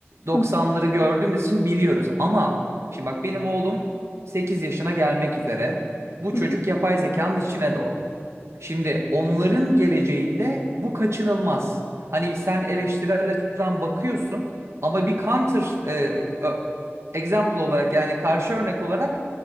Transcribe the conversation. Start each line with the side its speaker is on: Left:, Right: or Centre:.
Right: 90'ları
Left: Hı hı,
Right: gördüğümüz için biliyoruz. Ama şimdi bak benim oğlum 8 yaşına gelmek üzere. Bu
Left: hı
Right: çocuk
Left: hı,
Right: yapay zekanın içine doğdu. Şimdi onların geleceğinde bu kaçınılmaz. Hani sen eleştirel açıdan bakıyorsun ama bir counter e, ö- example olarak yani karşı örnek olarak